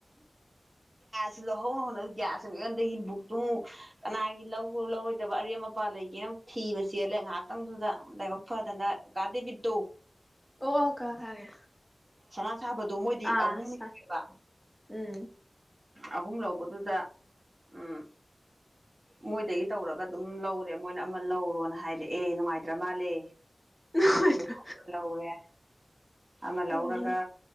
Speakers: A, on the right; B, in the centre.
A: ꯁ ꯂꯍꯧꯅ ꯍꯅꯌꯥ <unintelligible> ꯁꯨꯝꯉꯣꯟꯗꯒꯤ ꯕꯨꯛꯇꯨꯨ ꯑꯃꯨꯛ ꯀꯅꯥꯒꯤ ꯂꯧ ꯂꯧꯔꯣꯏꯗꯕ ꯑꯔꯦꯝ ꯑꯄꯥ ꯂꯩꯒꯦꯅ ꯊꯤꯕ ꯆꯦꯜꯂꯦ ꯉꯥꯏꯍꯥꯛꯇꯪꯗꯨꯗ ꯂꯥꯏꯕꯛ ꯐꯗꯅ ꯀꯥꯗꯦꯕꯤꯠꯇꯣ
B: ꯑꯣ ꯑꯣ ꯈꯪꯉꯦ ꯈꯪꯒꯦ
A: ꯁꯅꯥ ꯁꯥꯕꯗꯣ ꯃꯣꯏꯗꯤ
B: ꯑꯥ
A: ꯑꯍꯨꯝ ꯂꯧꯋꯦꯕ
B: ꯎꯝ
A: ꯑꯍꯨꯝ ꯂꯧꯕꯗꯨꯗ ꯎꯝ ꯃꯣꯏꯗꯒꯤ ꯇꯧꯔꯒ ꯑꯗꯨꯝ ꯂꯧꯔꯦ ꯃꯣꯏꯅ ꯑꯃ ꯂꯧꯔꯣꯅ ꯍꯥꯏꯔꯦ ꯅꯨꯡꯉꯥꯏꯇ꯭ꯔ ꯃꯥꯜꯂꯦ
B: ꯅꯨꯡꯉꯥꯏꯇ꯭ꯔꯥ
A: ꯑꯗꯨ ꯂꯧꯔꯦ ꯑꯃꯦꯂ
B: ꯎꯝ
A: ꯑꯣꯔꯒ